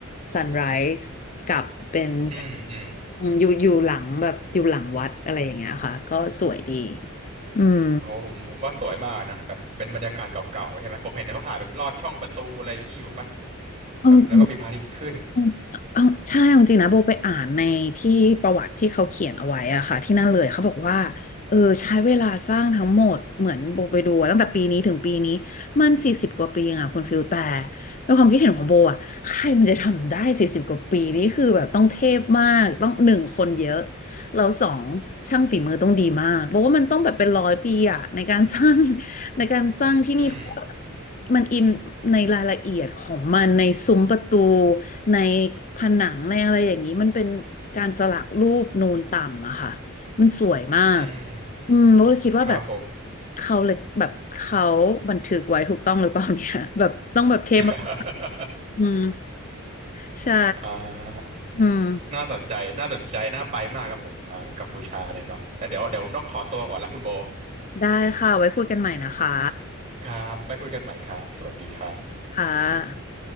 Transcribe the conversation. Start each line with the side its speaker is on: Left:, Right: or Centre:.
Left: ซันไรส์กับเป็น
Right: อืม อืม
Left: อืมอยู่อยู่หลังแบบอยู่หลังวัดอะไรอย่างเงี้ยค่ะก็สวยดีอืม
Right: โอ้ผมผมว่าสวยมากนะแบบเป็นบรรยากาศเก่าๆใช่ไหมผมเห็นเขาถ่ายแบบลอดช่องประตูอะไรอย่างนี้อยู่ปะ
Left: เอาจริง
Right: แบบแล้วก็มีพระอาทิตย์ขึ้น
Left: เอาเอาใช่เอาจริงนะโบไปอ่านในที่ประวัติที่เขาเขียนเอาไว้อะค่ะที่นั่นเลยเขาบอกว่าเออใช้เวลาสร้างทั้งหมดเหมือนโบไปดูอะตั้งแต่ปีนี้ถึงปีนี้มันสี่สิบกว่าปีเองอะคุณฟิลแต่ด้วยความคิดเห็นของโบอะใครมันจะทำได้สี่สิบกว่าปีนี่คือแบบต้องเทพมากต้องหนึ่งคนเยอะ เราสองช่างฝีมือต้องดีมากเพราะว่ามันต้องแบบเป็นร้อยปีอะในการสร้าง <laughs> ในการสร้างที่นี่เพราะว่า
Right: อืมอืม
Left: มันอินในรายละเอียดของมันในซุ้มประตูในผนังในอะไรอย่างนี้มันเป็นการสลักรูปนูนต่ำอะค่ะมันสวยมาก
Right: อืม
Left: อืมโบเลยคิดว่าแบบ
Right: ครับผม
Left: เขาเลยแบบเขาบันทึกไว้ถูกต้องหรือเปล่าเนี่ย <laughs> แบบต้องแบบเทมาก
Right: <laughs>
Left: อืมใช่
Right: อ่า
Left: อืม
Right: น่าสนใจน่าสนใจน่าไปมากครับผมอ่ากัมพูชาเนี่ยเนาะแต่เดี๋ยวเดี๋ยวผมต้องขอตัวก่อนละคุณโบ
Left: ได้ค่ะไว้คุยกันใหม่นะคะ
Right: ครับไปคุยกันใหม่ครับสวัสดีครับ
Left: ค่ะ